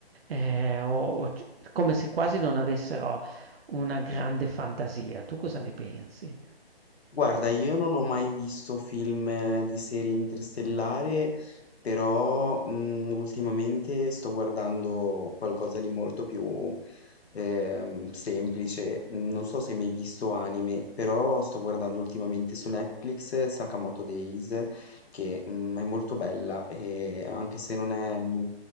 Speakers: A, on the right; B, on the left.
A: Eh, o- o c- come se quasi non avessero una grande fantasia. Tu cosa ne pensi?
B: Guarda, io non ho mai visto film eh, di serie interstellare, però mm, ultimamente sto guardando qualcosa di molto più ehm, semplice. Mm, Non so se hai mai visto anime, però sto guardando ultimamente su Netflix eh, Sakamoto Days, che mm, è molto bella e anche se non è, mm,